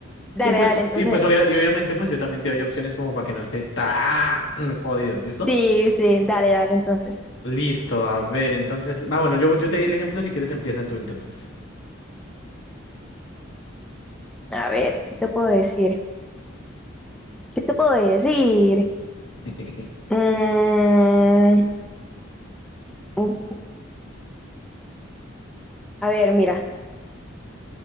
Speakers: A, in the centre; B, on the left (about 60°).
A: Dale,
B: Y pues,
A: dale, entonces.
B: y pues obvia- y obviamente, pues yo también te doy opciones como para que no esté tan jodido, ¿listo?
A: Sí, sí, dale, dale, entonces.
B: Listo, a ver, entonces. Va, bueno, yo, yo te di el ejemplo, si quieres empieza tú entonces.
A: A ver, ¿qué te puedo decir? ¿Qué te puedo decir?
B: <laughs>
A: Mm, uf, a ver, mira.